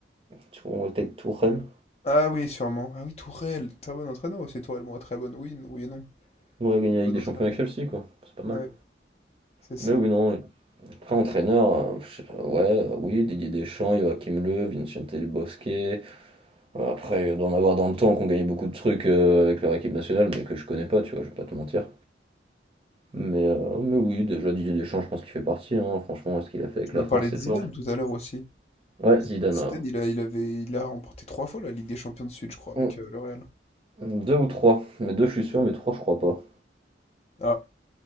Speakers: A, on the right; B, on the left.
A: Tu vois, On était avec Tourelle.
B: Ah oui, sûrement. Ah oui, Tourelle, très bon entraîneur aussi, Tourelle, bon, très bonne, oui, oui et non,
A: On a gagné la
B: bon
A: Ligue des
B: entraîneur.
A: Champions avec Chelsea, quoi. C'est pas mal.
B: Ouais, c'est ça.
A: Mais oui, non. ouais. Après, entraîneur, euh, je sais pas, ouais, euh, oui, Didier Deschamps, Joachim Löw, Vincente Del Bosque. Euh, Après, d'en avoir dans le temps qu'on gagnait beaucoup de trucs euh, avec leur équipe nationale, mais que je connais pas, tu vois, je vais pas te mentir. Mais, euh, mais oui, déjà Didier Deschamps, je pense qu'il fait partie, hein. Franchement, ce qu'il a fait avec
B: Je
A: la
B: me
A: France,
B: parlais
A: c'est
B: de Zidane
A: fort.
B: tout à l'heure aussi.
A: Ouais, Zidane.
B: Zidane, il a, il avait, il a remporté trois fois la Ligue des Champions de Suite, je crois, avec
A: ouais.
B: euh, le Real.
A: Deux ou trois. Mais deux, je suis sûr, mais trois, je crois pas.
B: Ah,